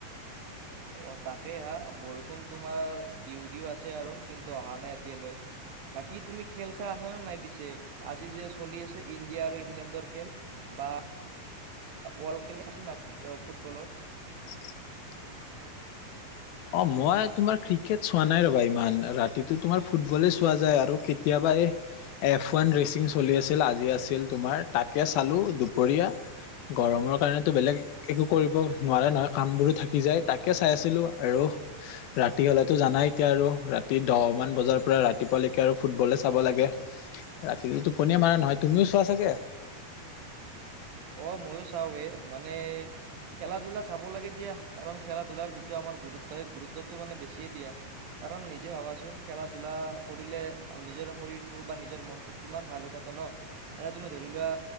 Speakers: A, on the right; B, on the left.
A: অ তাকেই হা বৰষুণ তোমাৰ দিউ দিও আছে আৰু কিন্তু অহা নাই এতিয়ালৈ বাকী তুমি খেল চাই আছানে নাই পিছে আজি যে চলি আছে ইণ্ডিয়া আৰু ইংলেণ্ডৰ খেল বা ৱৰ্ল্ড খেলচাইচ নাই ফুটবলৰ
B: <inaudible> অ মই তোমাৰ ক্ৰিকেট চোৱা নাই ৰবা ইমান ৰাতিটো তোমাৰ ফুটবলে চোৱা যায় আৰু কেতিয়াবা পায়ে <inaudible> এফ ওৱান ৰেচিং চলি আছিল আজি আছিল তোমাৰ তাকে চালো দুপৰীয়া গৰমৰ কাৰণেতো বেলেগ একো কৰিব নোৱাৰে নহয় কাম বোৰো থাকি যায় তাকে চাই আছিলো আৰু ৰাতি হ'লেতো জানাই এতিয়া আৰু ৰাতি দহ মান বজাৰ পৰা ৰাতিপুৱালৈকে আৰু ফুটবলে চাব লাগে <unintelligible> ৰাতি টোপনীয়ে মৰা নহয় তুমিও চোৱা চাগে
A: অ ময়ো চাও এ মানে খেলা ধূলা চাব লাগে দিয়া কাৰণ খেলা ধূলাৰ যিটো আমাৰ গুৰুত্ব সেই গুৰুত্বটো মানে বেছিয়ে দিয়া <unintelligible> কাৰণ নিজে ভাবাচোন খেলা ধূলা কৰিলে নিজৰ শৰীৰটো বা নিজৰ মনতটো কিমান ভাল হৈ থাকে ন মানে তুমি ধৰি লোৱা